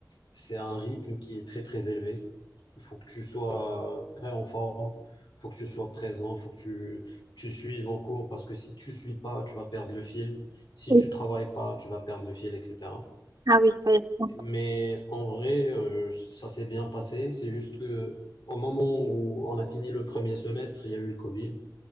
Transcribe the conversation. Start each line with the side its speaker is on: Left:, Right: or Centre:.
Left: c'est un rythme qui est très très élevé. Il faut que tu sois très en forme, il faut que tu sois présent, il faut que tu tu suives en cours parce que si tu suis pas, tu vas perdre le fil. Si
Right: Oui.
Left: tu travailles pas, tu vas perdre le fil, etc.
Right: Ah oui, il fallait prendre.
Left: Mais en vrai, euh, ça s'est bien passé. C'est juste que au moment où on a fini le premier semestre, il y a eu le Covid.